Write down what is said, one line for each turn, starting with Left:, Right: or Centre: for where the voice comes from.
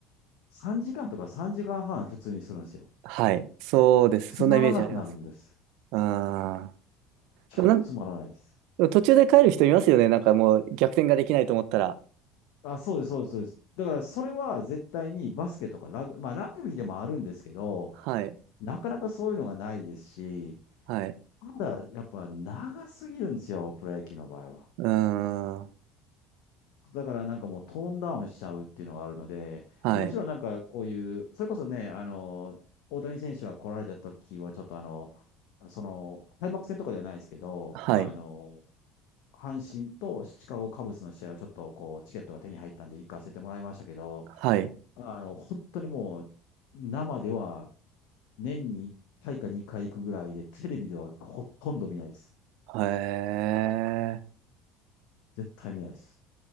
Left: 3時間とか3時間半普通にするんですよ。
Right: はい。そうです。
Left: つまらなくなるんです。
Right: そんなイメージあります。ああ。
Left: 超つまらないです。
Right: でもなん、でも途中で帰る人いますよね。なんかもう逆転ができないと思ったら。
Left: あ、そうです、そうです、そうです。だからそれは絶対にバスケとかラグ、まあラグビーでもあるんですけど、
Right: はい。
Left: なかなかそういうのがないですし、
Right: はい。
Left: まだやっぱ長すぎるんですよ、プロ野球の場合は。
Right: うーん。
Left: だからなんかもうトーンダウンしちゃうっていうのがあるので、
Right: はい。
Left: もちろんなんかこういう、それこそね、あの、大谷選手が来られた時はちょっとあの、その、開幕戦とかではないですけど、
Right: はい。
Left: あの、阪神とシカゴカブスの試合はちょっとこう、チケットが手に入ったんで行かせてもらいましたけど、
Right: はい。
Left: あの、本当にもう、生では年に1回か2回行くぐらいで、テレビではほとんど見ないです。
Right: へえ。
Left: 絶対見ないです。